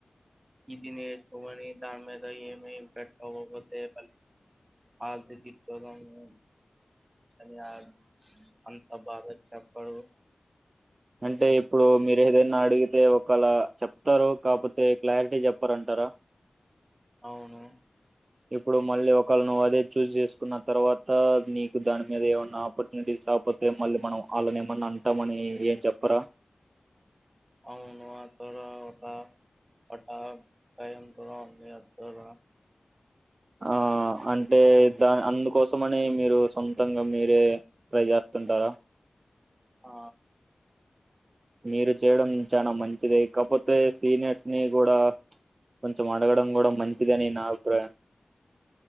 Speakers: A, on the right; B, on the right.
A: ఇది నేర్చుమని దాని మీద ఏం ఏం పెట్టకపోతే కాల్స్ ఆ తీర్చోదాంని <unintelligible> అంత బాధ చెప్పడు
B: అంటే ఇప్పుడు మీర్ ఏదైనా అడిగితే ఒకేళ చెప్తారు కాకపోతే క్లారిటీ చెప్పారంటారా?
A: అవును
B: ఇప్పుడు మళ్ళీ ఒకవేళ నువ్ అదే చూజ్ చేసుకున్న తర్వాత, నీకు దాని మీద ఏమన్నా ఆపర్చునిటీస్ రాకపోతే మళ్ళీ మనం వాళ్ళని ఏమన్నా అంటామని ఏ చెపరా
A: అవును అక్కడ ఆ చెప్పారు భయం కూడా ఉంది <unintelligible>
B: ఆ అంటే దా అందుకోసమని మీరు సొంతంగా మీరే ట్రై చేస్తుంటారా?
A: ఆ
B: మీరు చేయడం చానా మంచిదే, కాకపోతే సీనియర్స్ ని కూడా కొంచెం అడగడం కూడా మంచిది అని నా అభిప్రాయం.